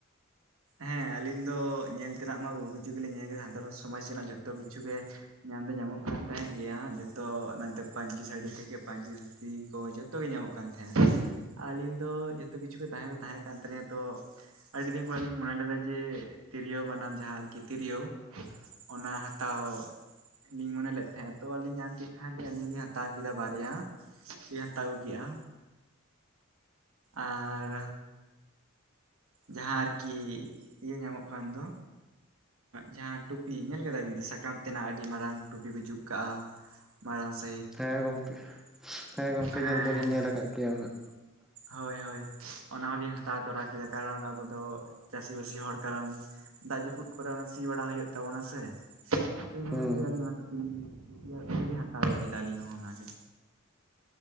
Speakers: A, on the right; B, in the centre.
A: ᱦᱮᱸ ᱟᱞᱤᱧ ᱫᱚ ᱧᱮᱞ ᱛᱮᱱᱟᱜ ᱢᱟ ᱵᱩᱦᱩ ᱠᱤᱪᱷᱩ ᱜᱮᱞᱤᱧ ᱧᱮᱞ ᱠᱮᱫᱟ ᱥᱟᱱᱛᱟᱲ ᱥᱚᱢᱟᱡᱽ ᱨᱮᱱᱟᱜ ᱡᱷᱚᱛᱚ ᱠᱤᱪᱷᱩ ᱜᱮ᱾ ᱧᱟᱢ ᱫᱚ ᱧᱟᱢᱚᱜ ᱠᱟᱱ ᱛᱟᱦᱮᱫ ᱜᱮᱭᱟ ᱡᱚᱛᱚ ᱢᱮᱱᱛᱮ ᱯᱟᱹᱧᱪᱤ ᱥᱟᱹᱲᱤ ᱛᱷᱮᱠᱮ ᱯᱟᱹᱧᱤ ᱫᱷᱩᱛᱤ ᱠᱚ ᱡᱷᱚᱛᱚ ᱡᱚᱛᱚ ᱜᱮ ᱧᱟᱢᱚᱜ ᱠᱟᱱ ᱛᱟᱦᱮᱱᱟ ᱟᱨ ᱟᱞᱤᱧ ᱫᱚ ᱡᱚᱛᱚ ᱠᱤᱪᱷᱩ ᱜᱮ ᱛᱟᱦᱮᱸ ᱫᱚ ᱛᱟᱦᱮᱸ ᱠᱟᱱ ᱛᱟᱞᱤᱧ ᱛᱚ ᱟᱰᱤ ᱫᱤᱱ ᱠᱷᱚᱱ ᱞᱤᱧ ᱢᱚᱱᱮ ᱞᱮᱫᱟ ᱡᱮ ᱛᱤᱨᱭᱳ ᱵᱟᱱᱟᱢ ᱡᱟᱦᱟ ᱟᱨᱠᱤ ᱛᱤᱨᱭᱳ᱾ ᱚᱱᱟ ᱦᱟᱛᱟᱣ ᱞᱤᱧ ᱢᱚᱱᱮ ᱞᱮᱫ ᱛᱟᱦᱮᱜ ᱛᱚ ᱟᱞᱤᱧ ᱧᱟᱢ ᱠᱮᱫ ᱠᱷᱟᱱ ᱟᱞᱤᱧ ᱦᱚᱞᱤᱧ ᱦᱟᱛᱟᱣ ᱠᱮᱫᱟ ᱵᱟᱨᱭᱟ᱾ ᱤᱧ ᱦᱟᱛᱟᱣ ᱟᱜᱩ ᱠᱮᱜ-ᱟ ᱟᱨ ᱡᱟᱦᱟᱸ ᱟᱨ ᱠᱤ ᱤᱭᱟᱹ ᱧᱟᱢᱚᱜ ᱠᱟᱱ ᱫᱚ᱾ ᱡᱟᱦᱟᱸ ᱴᱩᱯᱤ ᱧᱮᱞ ᱠᱟᱫᱟ ᱵᱤᱱ ᱛᱚ ᱥᱟᱠᱟᱢ ᱛᱮᱱᱟᱜ ᱟᱰᱤ ᱢᱟᱨᱟᱝ ᱴᱩᱯᱤ ᱠᱚ ᱡᱩᱜ ᱠᱟᱜ-ᱟ᱾ ᱢᱟᱨᱟᱝ ᱥᱮ
B: ᱦᱮᱸ ᱜᱚᱝᱠᱮ ᱦᱮᱸ ᱜᱚᱝᱠᱮ
A: ᱦᱮᱸ
B: ᱧᱮᱞ ᱫᱚ ᱞᱤᱧ ᱧᱮᱞ
A: ᱦᱮᱸ
B: ᱟᱠᱟᱫ ᱜᱮᱭᱟ ᱩᱱᱟᱹᱜ
A: ᱦᱳᱭ ᱦᱳᱭ ᱚᱱᱟ ᱦᱚᱞᱤᱧ ᱦᱟᱛᱟᱣ ᱛᱚᱨᱟ ᱠᱮᱫᱟ ᱠᱟᱨᱚᱱ ᱟᱵᱚ ᱫᱚ ᱪᱟᱹᱥᱤ ᱵᱟᱹᱥᱤ ᱦᱚᱲ ᱠᱟᱨᱚᱱ ᱫᱟᱜ ᱡᱟᱯᱩᱫ ᱠᱚ ᱨᱮ ᱥᱤ ᱵᱟᱲᱟ ᱦᱩᱭᱩᱜ ᱛᱟᱵᱚᱱᱟ ᱥᱮ ᱛᱚ ᱤᱱᱟᱹ
B: ᱦᱩᱸ
A: ᱛᱮᱫ ᱟᱹᱞᱤᱧ ᱚᱱᱟ ᱴᱩᱯᱤ ᱞᱤᱧ ᱠᱩᱥᱤᱭᱟᱜ ᱛᱮ ᱞᱤᱧ ᱦᱟᱛᱟᱣ ᱠᱮᱫᱟ ᱟᱞᱤᱧ ᱦᱚᱸ ᱚᱱᱟᱜᱮ